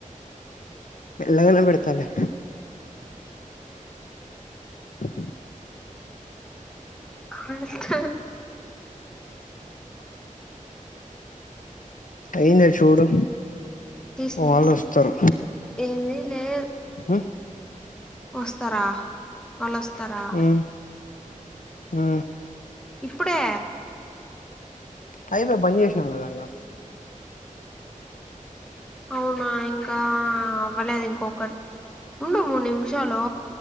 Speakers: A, on the left; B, in the centre.
A: లోన పెడతాలే ఆహ
B: కాస్త
A: అయిందా చూడు
B: తీసిన్న
A: వాళ్ళు వస్తారు
B: ఏమి లేదు
A: ఉమ్,
B: వస్తారా వాళ్ళు వస్తారా
A: ఆ ఆ
B: ఇప్పుడే
A: అయిపాయ బంద్ చేసినాం కదా ఇంగా
B: అవునా ఇంకా అవ్వలేదు ఇంకొక ఉండు మూడు నిమిషాలు